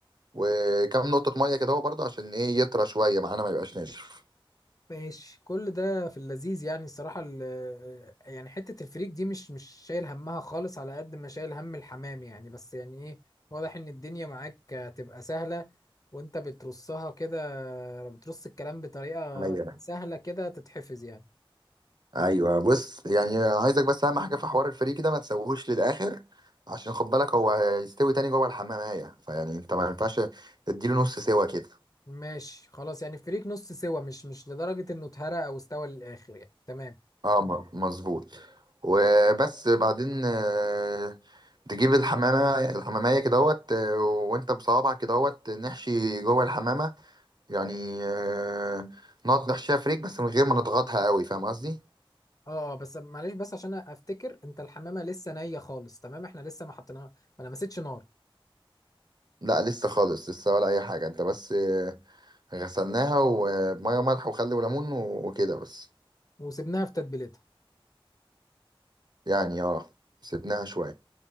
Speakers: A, on the right; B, on the left.
A: وكم نقطة مية كده اهو برضه عشان ايه يطرى شوية معانا ما يبقاش ناشف
B: ماشي كل ده في اللذيذ يعني الصراحة ال- يعني حتة الفريك دي مش مش شايل همها خالص على قد ما شايل هم الحمام يعني بس يعني ايه واضح ان الدنيا معاك هتبقى سهلة وانت بترصها كده بترص الكلام بطريقة
A: ايوه
B: سهلة كده تتحفظ يعني
A: ايوه بص يعني عايزك بس اهم حاجة في حوار الفريك ده ما تسويهوش للآخر عشان خد بالك هو هيستوي تاني جوه الحمامية فيعني انت ما ينفعش تديله نص سوا كده
B: ماشي خلاص يعني فريق نص سوا مش مش لدرجة انه اتهرى او استوى للاخر يعني تمام
A: اه م- مظبوط وبس بعدين آه، تجيب الحمامة الحمامية كدهوت آه، وانت بصوابعك كدهوت نحشي جوه الحمامة يعني آه، نقعد نحشيها فريك بس من غير ما نضغطها قوي فاهم قصدي؟
B: اه اه بس معلش بس عشان افتكر انت الحمامة لسه نية خالص تمام احنا لسه ما حطيناها ما لمستش نار
A: لا لسه خالص لسه ولا أي حاجة انت بس آه، غسلناها ومية وملح وخل وليمون و- وكده بس
B: وسبناها في تتبيلتها
A: يعني اه سيبناها شوية